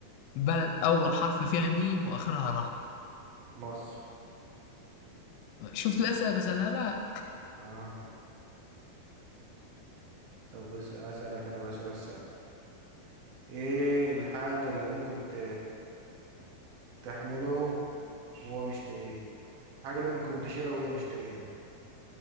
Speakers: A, on the left (about 85°); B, on the right (about 70°).
A: بلد أول حرف فيها ميم وآخرها راء
B: مصر
A: شفت الأسئلة بسألها لا
B: آه طب بس أسألك أنا بقى سؤال سهل إيه الحاجة اللي ممكن ت... تحمله وهو مش تقيل الحاجة اللي ممكن تشيلها وهي مش تقيلة